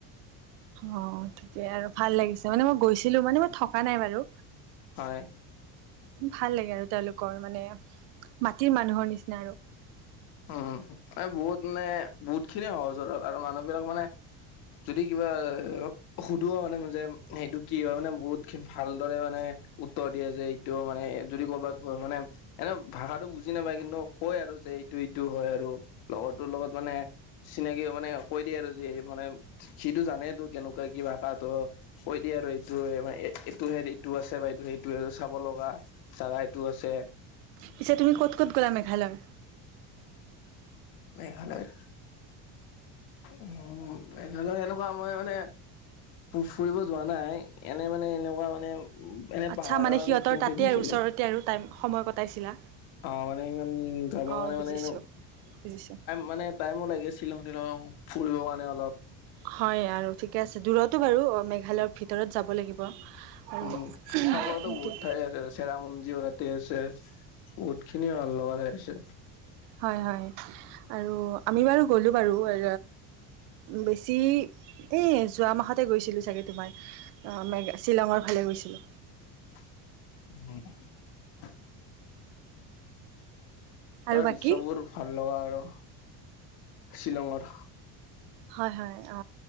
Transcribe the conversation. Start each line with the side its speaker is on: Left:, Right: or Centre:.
Right: অ তাকে আৰু ভাল লাগিছে মানে মই গৈছিলো মানে মই থকা নাই বাৰু
Left: হয়
Right: ভাল লাগে আৰু তেওঁলোকে মানে মাটিৰ মানুহৰ নিচিনা আৰু
Left: উম ম বহুত মানে বহুত খিনিয়ে সহজৰল আৰু মানুহবিলাক মানে যদি কিবা সুধো মানে যে সেইটো কি হয় মানে বহুত ভালদৰে মানে উত্তৰ দিয়ে যে এইটো মানে যদি ক'বাত মানে এনে ভাষাতটো বুজি নাপায় কিন্তু কয় আৰু যে- টো ইটো হয় আৰু লগৰ তো লগত মানে চিনাকি মানে কৈ দিয়ে আৰু যে এই মানে এইটো জানে তো কেনেকুৱা কি ভাষাতটো কৈ দিয় আৰু এইটো মানে এ এইটো সে এইটো আছে বাইদউ সেইটো চাব লগা জোগা এইটো আছে।
Right: পিছে তুমি ক'ত ক'ত গ'লা মেঘালয়?
Left: মেঘালয়ৰ উ মেঘালয় এনেকুৱা মই মানে ফুৰিব যোৱা নাই এনে মানে এনেকুৱা মানে এনে
Right: আচ্ছা
Left: পাহাৰৰ
Right: মানে সিহঁতৰ
Left: সেইখিনিতে
Right: তাতে
Left: গৈছিলো
Right: আৰু ওচৰতে আৰু সময় কটাইছিলা।
Left: অ মানে ইমান যাব
Right: অ
Left: কাৰণে
Right: বুজিছো
Left: মানোই
Right: বুজিছো
Left: মানে টাইম লাগে শ্বিলঙ ফুৰিব মানে অলপ
Right: হয় আৰু ঠিকে আছে দূৰতো বাৰু মেঘালয়ৰ ভিতৰত যাব লাগিব। আৰু
Left: উম চাব লগা
Right: সেইটোৱে
Left: বহুত থাই চেৰপুঙি আছে বহুত খিনিয়ে ভাল লগা থাই আছে।
Right: হয় হয় আৰু আমি বাৰু গ'লো বাৰু এ বেছি এ যোৱা মাহতে গৈছিলো চাগে তোমাৰ অ মেগা শ্বিলঙৰ ফালে। গৈছিলোঁ।
Left: হ
Right: আৰু
Left: তাৰ দৃশ্যবোৰ
Right: বাকী
Left: ভাল লগা আৰু শ্বিলঙৰ
Right: হয় হয় অ